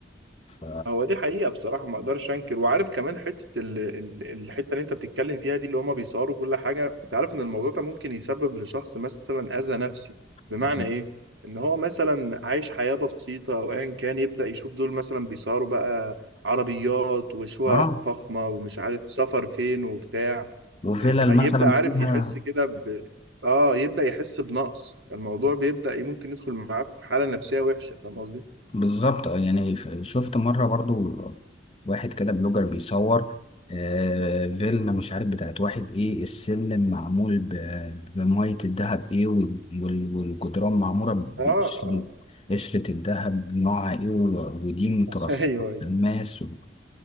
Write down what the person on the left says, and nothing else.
ف
طب
اه
وفيلل
مثلا
فيها
بالظبط اه يعني ف- شفت مرة برضو واحد كده بلوجر بيصور آه فيلا مش عارف بتاعت واحد ايه السلم معمول ب- بمية الدهب ايه وال- وال- والجدران معمورة بقشرة
قشرة الدهب نوعها ايه و- ودي مترصقة
في الماس و...